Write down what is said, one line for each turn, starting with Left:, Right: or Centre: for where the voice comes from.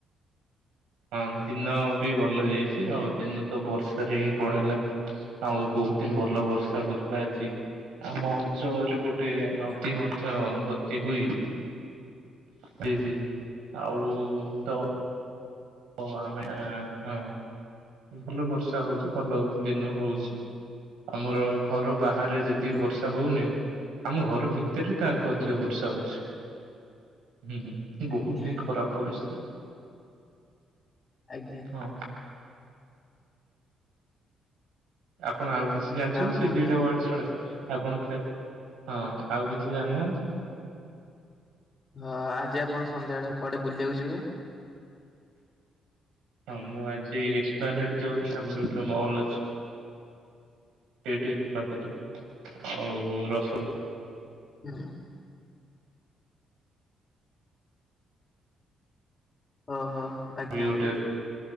Right: ହଁ ଦିନ ବି ଭଲ ଯାଇଛି ଆଉ ଦିନ ତ ବର୍ଷାରେ ହିଁ ପଳେଇଲା। ଆଉ ବୋହୁତ ହିଁ ଭଲ ବର୍ଷା ହଉଥିଲା ଆଜି ଆମ ଅଞ୍ଚଳରେ ଗୋ ଟେ
Left: ଆଜ୍ଞା
Right: ନଦୀ ମଧ୍ୟ ଭର୍ତ୍ତି ହୋଇ ଯାଇଚି ଆଉ ତ ଓ ଆମେ ହଁ ଭଲ ବର୍ଷା ହଉଛି ଭଲ ଦିନ ହଉଛି। ଆମର ଘର ବାହାରେ ଯେତିକି
Left: ଆଜ୍ଞା
Right: ବର୍ଷା ହଉନି ଆମ ଘର ଭି ତରେ ତା ଠୁ ଅଧିକ
Left: ଆଜ୍ଞା।
Right: ବର୍ଷା ହଉଛି ହୁଁ ହୁଁ ବହୁତ
Left: ଆଜ୍ଞା
Right: ହିଁ ଖରାପ ପରିସ୍ଥିତି।
Left: ଆଜ୍ଞା।
Right: ହଁ। ଆପଣ ଆଉ କିଛି ଜାଣିଛନ୍ତି
Left: ଆଉ କୁହନ୍ତୁ
Right: ସେଇ ଦିଇଟା ୱାର୍ଡ ଛଡା? ଆପଣ ଖେ ହଁ ଆଉ କିଛି ଜାଣିନାହାନ୍ତି
Left: ହଁ ଆଜି ଆପଣ ସନ୍ଧ୍ୟାବେ କୁଆଡେ ବୁଲିବାକୁ ଯିବେ?
Right: ହଁ ମୁଁ ଆଜି ଏକ୍ସପ୍ଲାନେଟ ଯାଉଛି ଆମର ଗୋଟେ ମହଲ ଅଛି। ସେଇଠି ରଖଛି ଆଉ ରସୁଣ
Left: ହଁ ହ। ଅ ହିଁ ଆଜ୍ଞା
Right: ବି ଗୋଟେ ଅଛି